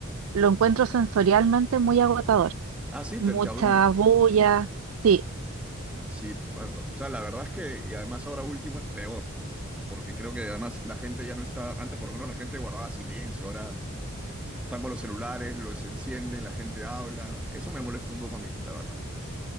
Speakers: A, on the right; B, in the centre.
A: lo encuentro sensorialmente muy agotador.
B: ah, sí,
A: Mucha
B: te, te abruma.
A: bulla. Sí,
B: Sí, pa- pa- o sea, la verdad es que, y además ahora último es peor, porque creo que además la gente ya no está, antes por lo menos la gente guardaba silencio, ahora están con los celulares, los encienden, la gente habla, eso me molesta un poco a mí, la verdad.